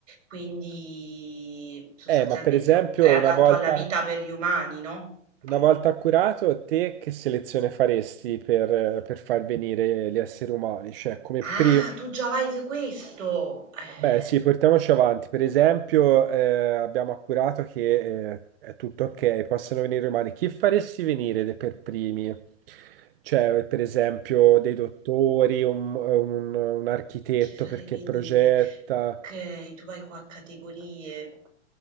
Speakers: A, on the right (about 80°); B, on the right (about 50°).
A: quindi sostanzialmente
B: eh, ma per esempio
A: è un- è adatto
B: una volta,
A: alla vita per gli umani, no?
B: una
A: Gi-
B: volta
A: gi-
B: curato, te che selezione faresti per, per far venire gli esseri umani? Cioè come
A: Ah,
B: pri-
A: tu già vai su questo! Eh.
B: Beh, sì, portiamoci avanti. Per esempio, eh, abbiamo appurato che eh, è tutto ok, possono venire umani. Chi faresti venire de- per primi? Cioè, per esempio, dei dottori, un, un- un architetto
A: Chi farei
B: perché
A: venire?
B: progetta,
A: Okay, tu vai qua a categorie.